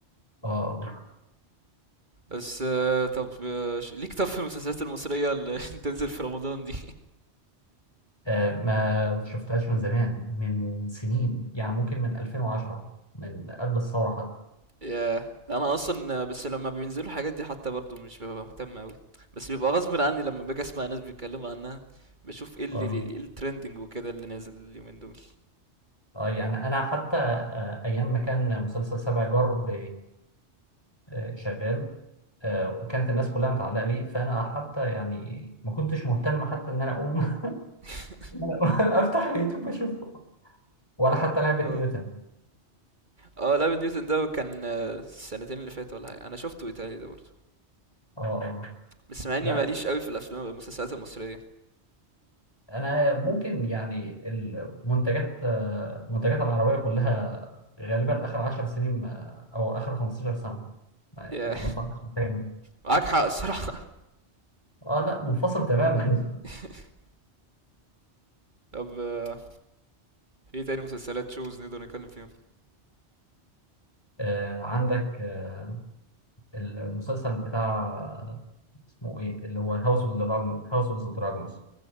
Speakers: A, on the left; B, on the right.
A: اه
B: بس آه، طب آه، ش- ليك طب في المسلسلات المصرية اللي <laughs> تنزل في رمضان دي
A: آه، ما شفتهاش من زمان من سنين يعني ممكن من 2010 من قبل الثورة حتى
B: ياه انا اصلا آه، بس لما بينزلوا الحاجات دي حتى برضو مش ببقى مهتم اوي بس بيبقى غصب عني لما باجي اسمع ناس بيتكلموا عنها بشوف ايه اللي
A: اه
B: ايه الترندنج وكده اللي نازل اليومين دول
A: آه، يعني أنا حتى آه، أيام ما كان مسلسل سبع جار ب- آه، شغال آه، وكانت الناس كلها متعلقة بيه فأنا حتى يعني ما كنتش مهتم حتى إن أنا أقوم <laughs> إن
B: <laughs>
A: أنا أقوم <laughs> أفتح اليوتيوب أشوفه ولا حتى لعبة نيوتن
B: اه اه لابن نيوتن ده كان آه، السنتين اللي فاتوا ولا حاجة. انا شفته ايطالي ده برضه
A: <laughs> اه اه
B: بس مع اني
A: لا
B: ماليش قوي في الافلام المسلسلات المصريه
A: انا ممكن يعني المنتجات آه، المنتجات العربيه كلها غالبا اخر 10 سنين آه، او اخر 15 سنه
B: يا
A: يعني مثلا سنتين
B: معاك حق الصراحه
A: اه لا منفصل تماما <laughs>
B: <laughs> طب آه، ايه تاني مسلسلات شوز نقدر نتكلم فيهم
A: آه عندك آه المسلسل بتاع اسمه ايه اللي هو هاوس اوف دراجون هاوس اوف دراجونز